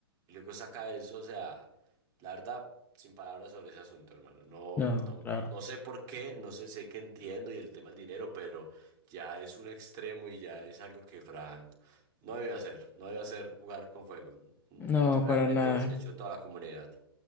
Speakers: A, on the right; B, on the left.
A: Y luego saca eso, o sea. La verdad, sin palabras sobre ese asunto, hermano. No,
B: No,
A: no,
B: claro.
A: no sé por qué, no sé, sé que entiendo y el tema del dinero, pero ya es un extremo y ya es algo que Frank no debe hacer, no debe hacer jugar con fuego.
B: No,
A: Realmente
B: para nada,
A: desechó toda la comunidad.